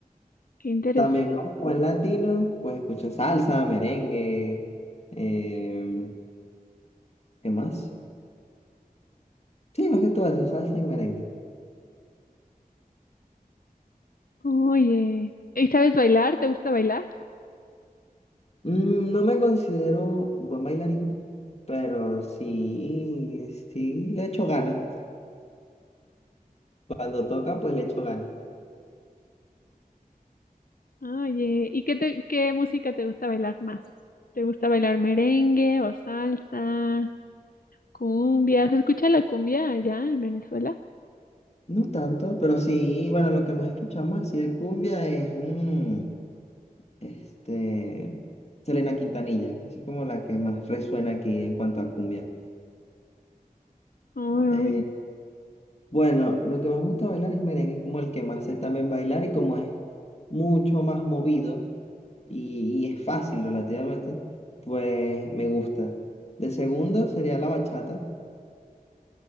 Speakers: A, on the left; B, on the left.
A: qué interesante.
B: también como buen latino, pues escucho salsa, merengue, eh, ¿qué más? Sí, más que todo eso, salsa y merengue.
A: Oye, ¿y sabes bailar? ¿Te gusta bailar?
B: Mm, No me considero buen bailarín, pero sí, sí le echo ganas. Cuando toca, pues le echo ganas.
A: Oye, ¿y qué te- qué música te gusta bailar más? ¿Te gusta bailar merengue o salsa, cumbia? ¿Se escucha la cumbia allá en Venezuela?
B: No tanto, pero sí, bueno, lo que más escuchamos así de cumbia es mm, este, Selena Quintanilla. Así es como la que más resuena aquí en cuanto a cumbia.
A: Ay,
B: Eh, bueno, lo que más me gusta bailar es merengue, es como el que más sé también bailar y como es mucho más movido. y, y es fácil relativamente, pues me gusta. De segundo sería la bachata